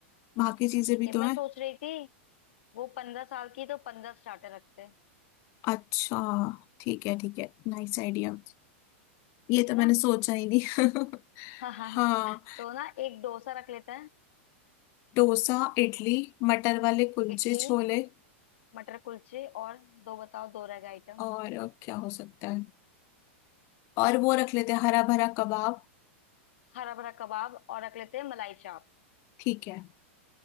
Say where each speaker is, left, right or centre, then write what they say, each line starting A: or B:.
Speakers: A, on the left; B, on the left.
A: बाकी चीजें
B: ठीक
A: भी
B: है मैं
A: तो है
B: सोच रही थी वो पंद्रह साल की तो पंद्रह स्टार्टर रखते हैं
A: अच्छा ठीक है ठीक है नाइस आइडिया ये तो
B: है
A: मैंने
B: ना
A: सोचा ही नहीं
B: <laughs> हाँ
A: <laughs>
B: हाँ।
A: हाँ
B: तो ना एक डोसा रख लेते हैं
A: डोसा इडली मटर वाले कुलचे
B: इडली
A: छोले
B: मटर कुलचे और दो बताओ दो रह गए आइटम
A: और क्या हो सकता है और वो रख लेते हैं हरा भरा कबाब
B: हरा भरा कबाब और रख लेते हैं मलाई चाप
A: ठीक है